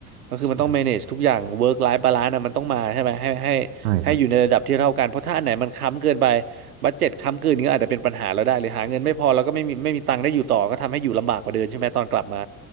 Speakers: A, on the right; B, on the right.
A: ก็คือมันต้อง
B: ใ
A: manage ทุกอย่าง work life balance นะมันต้องมาใช่ไหมให้ให้
B: ช่ครับ
A: ให้อยู่ในระดับที่เท่ากันเพราะถ้าอันไหนมันค้ำเกินไปบัดเจ็ตค้ำเกินก็อาจจะเป็นปัญหาเราได้หรือหาเงินไม่พอแล้วก็ไม่มีไม่มีตังค์ได้อยู่ต่อก็ทำให้อยู่ลำบากกว่าเดิมใช่ไหมตอนกลับมา